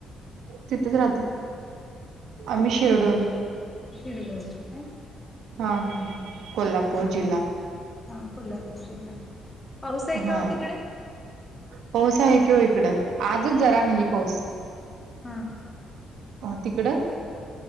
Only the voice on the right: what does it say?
तिथच राहतोय, आम्ही शिरडोन.
हा हा हा. कोल्हापूर
जिल्हा,
हा.
पाऊस आहे किं ओ इकडं, आजच जरा नाही पाऊस.
मा तिकडं?